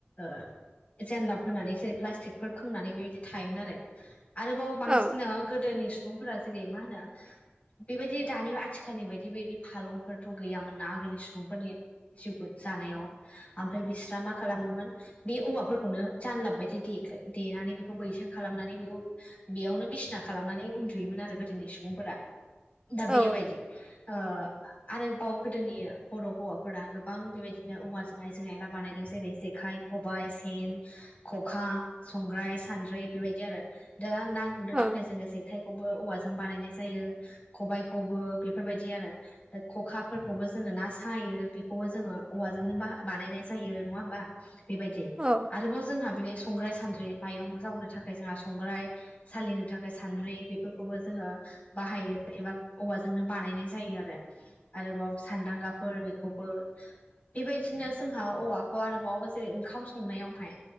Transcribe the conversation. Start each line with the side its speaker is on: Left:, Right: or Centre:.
Left: ओ जेनलाब होनानै जेरै प्लास्टिकफोर खोंनानै बेबायदि थायोमोन आ आरोबाव बांसिननो
Right: औ
Left: गोदोनि सुबुंफोरा जेरै मा होनो। बेबायदि दानि आथिखालनि बायदि बेबायदि फालंफोरथ' गैयामोना आगोलनि सुबुंफोरनि जिउ <unintelligible> जानायाव ओमफ्राय बिस्रा मा खालामोमोन बे औवाफोरखौनो जानलाब बायदि दे-देनानै बेखौ बैसां खालामनानै बेखौ बेयावनो बिसिना खालामनानै उन्दुयोमोन आरो गोदोनि सुबुंफोरा। दा
Right: औ
Left: बेयोबायदि ओ। आरोबाव गोदोनि बर' हौवाफोरा गोबां बेबायदिनो औवाजोंहाय आयजें आयला बानायदों जेरै जेखाइ खबाइ सेन खखा संग्राय सान्द्रि बेबायदि आरो दा ना गुरनो
Right: औ
Left: थाखाय जोङो जेखाइखौबो औवाजों बानायनाय जायो। खबाइखौबो बेफोरबायदि आरो। दा खखाफोरखौबो जोङो ना सायो बेखौबो जोङो औवाजोंनो बा-बानायनाय जायो नङा होमबा। बेबायदि
Right: औ
Left: आरोबाव जोंहा बेनि संग्राय सान्द्रि माइरं जावनो थाखाय जोंहा संग्राय सालिनो थाखाय सान्द्रि बेफोरखौबो जोङो बाहायो एबा औवाजोंनो बानायनाय जायो आरो। आरोबाव सान्दांगाफोर बेखौबो बेबायदिनो जोंहा औवाखौ आरोबाव जेरै ओंखाम संनायावहाय